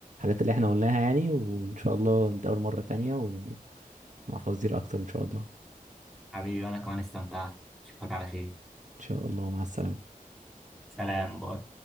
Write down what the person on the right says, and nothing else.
اللي احنا قلناها يعني وان شاء الله نتقابل مرة تانية ومع فوازير اكتر ان شاء الله
ان شاء الله مع السلامة